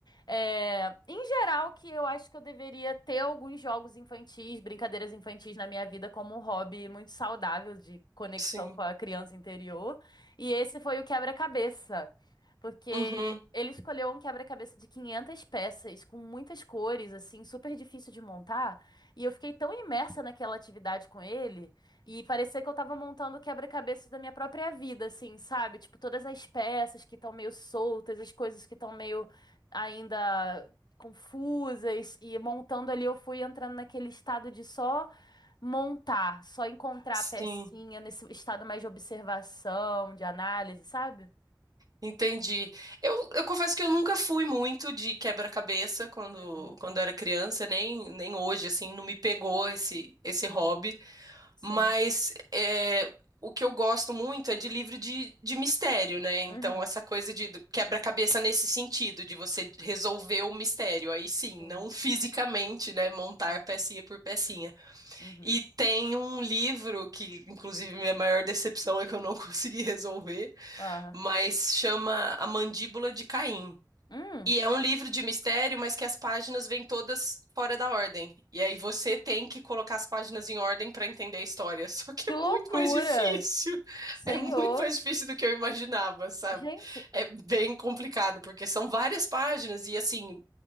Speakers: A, on the left (about 65°); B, on the right (about 55°).
A: É, em geral, que eu acho que eu deveria ter alguns jogos infantis, brincadeiras infantis na minha vida como um hobby muito saudável de conexão
B: sim.
A: com a criança interior. E esse foi o quebra-cabeça, porque
B: Uhum,
A: ele escolheu um quebra-cabeça de 500 peças, com muitas cores, assim, super difícil de montar. E eu fiquei tão imersa naquela atividade com ele, e parecia que eu tava montando o quebra-cabeça da minha própria vida, assim, sabe? Tipo, todas as peças que estão meio soltas, as coisas que estão meio ainda confusas e montando ali, eu fui entrando naquele estado de só montar, só encontrar
B: sim.
A: a pecinha nesse estado mais de observação, de análise, sabe?
B: Entendi. Eu, eu confesso que eu nunca fui muito de quebra-cabeça quando,
A: Uhum,
B: quando era criança, nem, nem hoje, assim, não me pegou esse, esse hobby.
A: uhum, sim,
B: Mas é, o que eu gosto muito é de livro de, de mistério, né? Então,
A: uhum,
B: essa coisa de do- quebra-cabeça nesse sentido, de você resolver o mistério. Aí sim,
A: sim,
B: não <laughs> fisicamente, né? Montar
A: uhum,
B: pecinha por pecinha.
A: uhum.
B: E tem um livro que, inclusive, minha maior decepção é que eu não <laughs> consegui resolver
A: Ah,
B: mas chama A Mandíbula de Caim.
A: hum,
B: E é um livro de mistério, mas que as páginas vêm todas fora da ordem. E aí você tem que colocar as páginas em ordem para entender a história. <laughs> Só que
A: que
B: é muito
A: loucura,
B: mais difícil.
A: Senhor.
B: É muito mais difícil do que eu imaginava, sabe?
A: Gente,
B: É bem complicado, porque são várias páginas e assim,